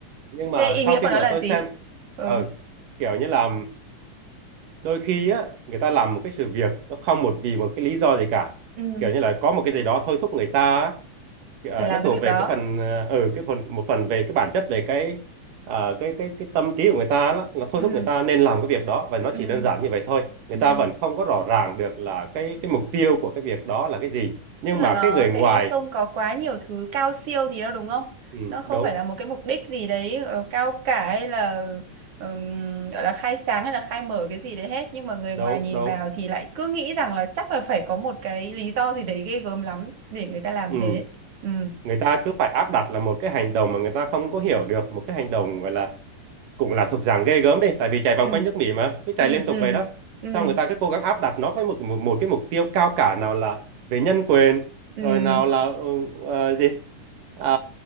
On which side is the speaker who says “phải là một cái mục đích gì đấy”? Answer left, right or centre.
Right